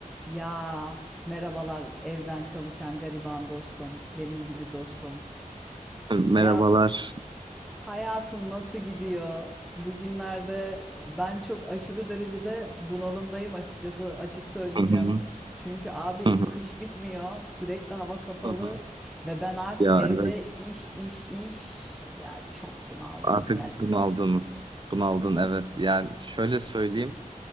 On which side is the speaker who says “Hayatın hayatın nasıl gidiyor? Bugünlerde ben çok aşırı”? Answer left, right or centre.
Centre